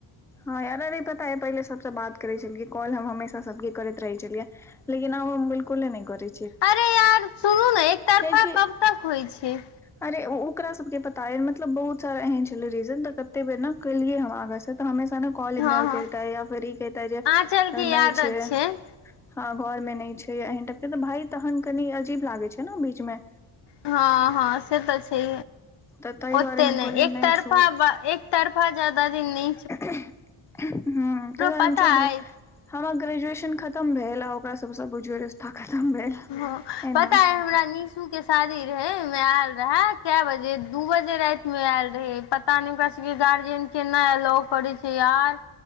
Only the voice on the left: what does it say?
अरे यार सुनू ने, एकतरफा
कब तक होइ छैय?
हँ
हँ
आँचल के
आदत
छै
हँ -हँ से तऽ छै,
ओते
नहि
एक तरफा
ब एक तरफा ज्यदा दिन नै।
पता
अइ
हँ,
पता अय, हमरा निशुके शादी रहैय, ओहिमे आयल रहए काऽ बजे दू बजे राति में आयल रहे, पता न ओकरा सबके गार्जियन केना एलोउ करै छैय यार!